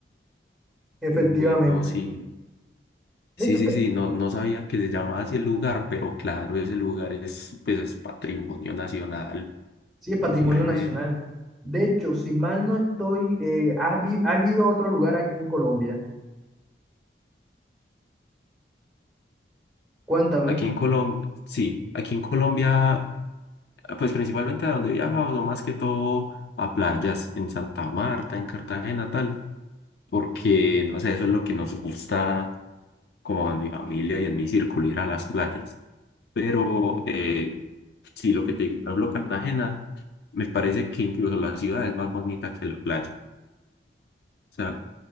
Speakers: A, in the centre; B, on the left (about 60°).
A: efectivamente.
B: Uy, no, sí.
A: De
B: Sí,
A: hecho,
B: sí,
A: creo-
B: sí. No, no sabía que se llamaba así el lugar, pero claro, ese lugar es, pues, es patrimonio nacional.
A: sí, es patrimonio
B: Es re-
A: nacional. De hecho, si mal no estoy, eh, has, vi- has ido a otro lugar aquí en Colombia. Cuéntame.
B: Aquí en Colombia, sí, aquí en Colombia, pues principalmente a donde viajamos, no más que todo a playas, en Santa Marta, en Cartagena, tal, porque, no sé, eso es lo que nos gusta con mi familia y en mi círculo ir a las playas. Pero eh, sí, lo que te digo, por ejemplo, Cartagena, me parece que incluso la ciudad es más bonita que la playa. O sea,